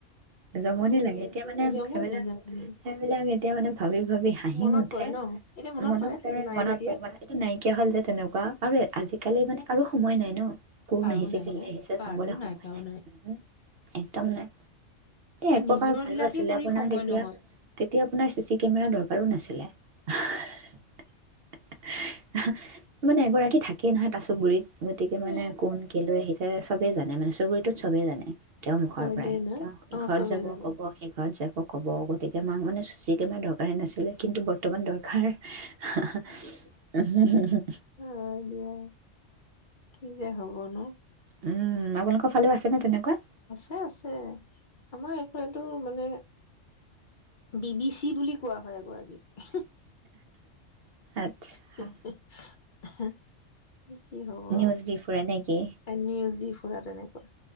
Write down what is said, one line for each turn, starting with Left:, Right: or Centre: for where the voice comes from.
Right: হে। জমনি
Left: অ
Right: লাগে। এতিয়া মানে
Left: জমনি
Right: সেইবিলাক,
Left: জমনি
Right: সেইবিলাক‌ এ- তেওঁ মানে ভা- ভাৱি ভাৱি হাঁহি
Left: মনত
Right: উঠে।
Left: পৰে ন এতিয়া
Right: মনত পৰে
Left: তেওঁ নাই
Right: মনত
Left: যেতিয়া
Right: পৰে। এইটো নাই। কিয়‌ হ'ল যে তেনেকোৱা। আৰু আজিকালি মানে কাৰো সময় নাই ন। কোন
Left: কাৰো
Right: আহিছে,
Left: নাই
Right: কেলে
Left: অ
Right: আহিছে,
Left: কাৰো
Right: চাবলে সময়
Left: কাৰো
Right: নাই হুম একদম নাই।
Left: আৰু
Right: এক প্ৰকাৰ
Left: নিজৰ
Right: ভালো
Left: বিলাকেই
Right: আছিলে
Left: কৰি
Right: আপোনাৰ
Left: সময়
Right: তেতিয়া
Left: নহয়।
Right: তেতিয়া আপোনাৰ চি চি কেমেৰা দৰকাৰো নাছিলে। অহ হে হে হে, মানে এগৰাকী থাকেই নহয় তাচো বুৰিত, গতিকে মানে
Left: এ
Right: কোন কেলৈ আহিছে চ- চবে জানে মানে চুবুৰীটোত, চবে জানে। তেওঁৰ মুখৰ
Left: হয়
Right: পৰাই।
Left: দেই ন
Right: তেওঁ ই ইঘৰত
Left: অ চবে
Right: যাব
Left: জানো
Right: ক'ব, সেই ঘৰত যাব- অ ক'ব, গতিকে মাক মানে চি চি কেমেৰা দৰকাৰে নাছিলে, কিন্তু বৰ্তমান দৰকাৰ। হ হ, উম হম হম হম
Left: হয় দিয়া কি যে হ'ব ন।
Right: হম আপোনালোকৰ ফালেও আছেনে তেনেকোৱা?
Left: আছে আছে। আমাৰ এইফালেটো মানে, বি বি চি বুলি কোৱা হয় এগৰাকী- কি,
Right: আচ্ছা
Left: হি হি‌ হি, হি‌‌ হি হি কি হ'ব
Right: নিউজ দি ফুৰে নেকি
Left: এনি ইউজিফ। পুৰা তেনেকুৱা।